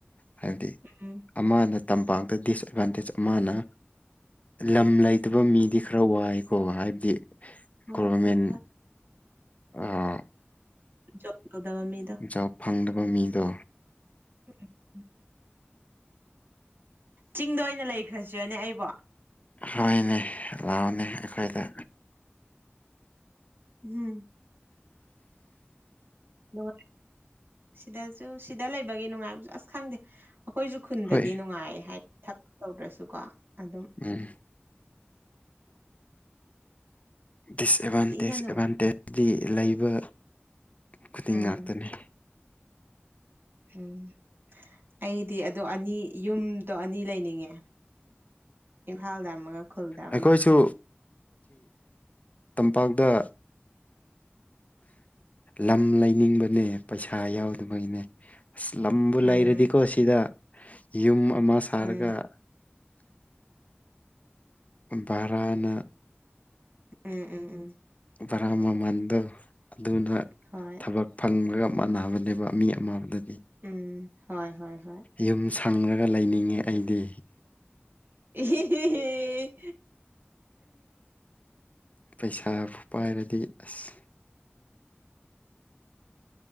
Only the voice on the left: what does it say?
ꯍꯥꯏꯗꯤ
ꯑꯃꯅ ꯇꯝꯄꯥꯛꯇ ꯗꯤꯁꯑꯦꯠꯕꯥꯟꯇꯦꯖ ꯑꯃꯅ ꯂꯝ ꯂꯩ ꯇꯕꯥ ꯃꯤꯗꯤ ꯈꯔ ꯋꯥꯏꯀꯣ ꯍꯥꯏꯕꯗꯤ
ꯒꯣꯕꯔꯃꯦꯟ
ꯑꯥ
ꯖꯣꯕ ꯐꯪꯗꯕ ꯃꯤꯗꯣ
ꯍꯣꯏꯅꯦ ꯂꯥꯎꯅꯦ ꯑꯩꯈꯣꯏꯗ
ꯍꯣꯏ
ꯎꯝ꯫ ꯗꯤꯁꯑꯦꯠꯚꯥꯟꯇꯦꯖ
ꯑꯦꯗꯚꯥꯟꯇꯦꯖꯇꯗꯤ ꯂꯩꯕ ꯈꯨꯗꯤꯡ
ꯉꯥꯛꯇꯅꯦ
ꯑꯩꯈꯣꯏꯁꯨ ꯄꯥꯎꯗ ꯂꯝ ꯂꯩꯅꯤꯡꯕꯅꯦ ꯄꯩꯁꯥ ꯌꯥꯎꯗꯕꯒꯤꯅꯦ ꯑꯁ ꯂꯝꯕꯨ ꯂꯩꯔꯗꯤꯀꯣ
ꯁꯤꯗ ꯌꯨꯝ ꯑꯃ ꯁꯥꯔꯒ
<inaudible> ꯕꯔꯅ
ꯕꯔꯥ ꯃꯃꯥꯟꯗꫭ ꯑꯗꯨꯅ
ꯊꯕꯛ ꯐꯪꯂꯒ ꯃꯥꯟꯅꯕꯅꯦꯕ ꯃꯤ ꯑꯃꯗ
ꯌꯨꯝ ꯁꯪꯉꯒ ꯂꯩꯅꯤꯡꯉꯦ ꯑꯩꯗꯤ
ꯄꯩꯁꯥꯕꯨ ꯄꯥꯏꯔꯗꯤ ꯑꯁ